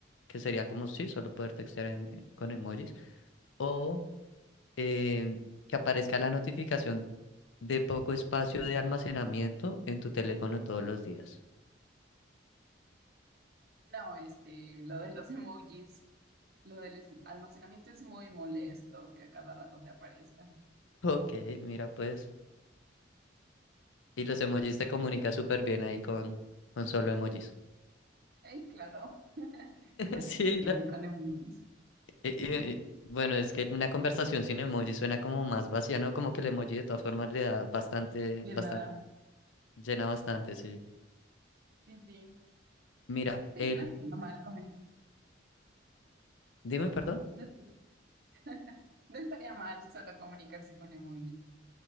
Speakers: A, on the left (about 85°); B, on the right (about 55°).
A: Que sería como sí, solo poder textear en- en- con emojis. O eh, que aparezca la notificación de poco espacio de almacenamiento en tu teléfono todos los días. <laughs>
B: No, este, lo de los <laughs> emojis, lo del es- almacenamiento es muy molesto que a cada rato te aparezca.
A: Ok, mira pues. Y los emojis te comunica súper bien ahí con, con solo emojis.
B: Eh, claro, la
A: <laughs> Sí,
B: gente entiende con emojis.
A: Eh, eh, eh, bueno, es que una conversación sin emoji suena como más vacía, ¿no? Como que el emoji de todas formas le da bastante,
B: Le
A: bastante,
B: da,
A: llena bastante, sí.
B: sí, sí.
A: Mira,
B: Sí,
A: el,
B: no estaría mal comunicar.
A: dime, perdón.
B: No, <laughs> no estaría mal solo comunicarse con emojis.